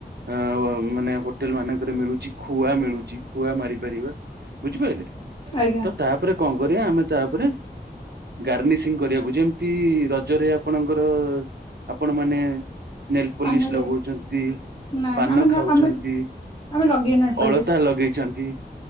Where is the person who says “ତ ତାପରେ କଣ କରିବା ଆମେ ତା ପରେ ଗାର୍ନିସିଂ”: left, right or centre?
Right